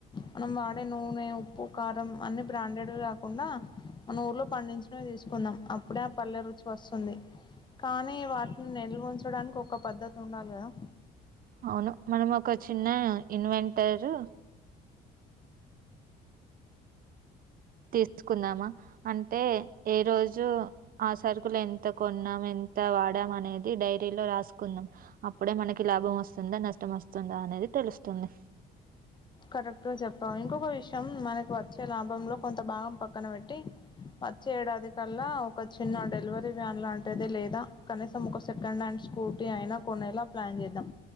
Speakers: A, on the left; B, on the right.
A: మనం వాడే నూనె ఉప్పు కారం అన్ని బ్రాండెడ్వే కాకుండా మన ఊర్లో పండించినవి తీసుకుందాం. అప్పుడే ఆ పల్లె రుచి వస్తుంది. కానీ వాటిని నిల్వ్ ఉంచడానికి ఒక పద్ధతి ఉండాలి కదా.
B: అవును మనం ఒక చిన్న ఇన్వెంటరు తీసుకుందామా అంటే ఏ రోజు ఆ సరుకులు ఎంత కొన్నాం ఎంత వాడం అనేది డైరీ లో రాసుకుందం. అప్పుడే మనకి లాభం వస్తుందా నష్టం వస్తుందా అనేది తె తెలుస్తుంది
A: కరెక్ట గ చెప్పావ్ ఇంకొక విషయం మనకు వచ్చే లాభంలో కొంత భాగం పక్కన పెట్టి వచ్చే ఏడాది కల్లా ఒక చిన్న డెలివరీ వ్యాన్ లాంటిది లేదా కనీసం ఒక సెకండ్ హ్యాండ్ స్కూటీ అయినా కొనేలా ప్లాన్ చేద్దాం